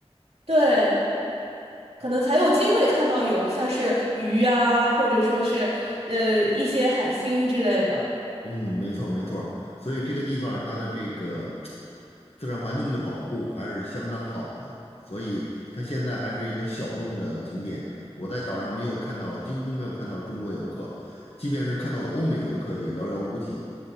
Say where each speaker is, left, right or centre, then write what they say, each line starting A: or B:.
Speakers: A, on the right (about 65°); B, on the left (about 65°).
A: 对，可能才有机会看到有像是鱼啊，或者说是呃一些海星之类的。
B: 嗯，没错儿没错儿所以这个地方儿它的这个自然环境的保护还是相当好的，所以它现在还是一个小众的景点。我在岛上没有看到，几乎没有看到中国游客，即便是看到了欧美游客也寥寥无几。